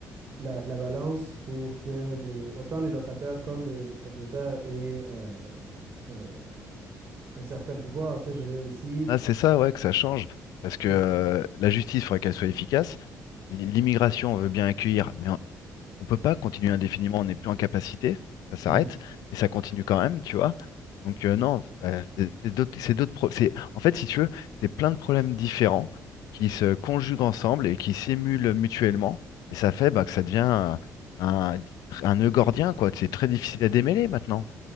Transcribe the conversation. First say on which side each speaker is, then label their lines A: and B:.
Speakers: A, on the right; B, on the left.
A: la, la balance pour que les, autant les locataires comme les, les propriétaires aient euh, un, un certain pouvoir. Tu sais, je veux dire, ici...
B: Ah, c'est ça, ouais, que ça change. Parce que
A: parce-
B: euh, la justice, il faudrait qu'elle soit efficace. L- L'immigration, on veut bien accueillir, mais on ne peut pas continuer indéfiniment. On n'est plus en capacité. Faut que ça s'arrête.
A: Mhm.
B: Mais ça continue quand même, tu vois. Donc, euh, non, euh, c'est c'est d'autres. c'est d'autres pro- c'est- En fait, si tu veux, c'est plein de problèmes différents qui se conjuguent ensemble et qui s'émulent mutuellement. Et ça fait bah, que ça devient un, un, un nœud gordien, quoi. C'est très difficile à démêler maintenant.